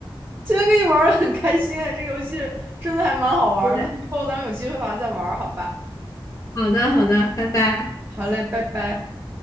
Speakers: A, on the right; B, on the left.
A: 今天跟你玩的很开心哎，这个游戏真的还蛮好玩儿的，
B: 我
A: 以后咱们有机会的话再玩儿好吧？
B: 好的，好的，拜拜。
A: 好嘞，拜拜。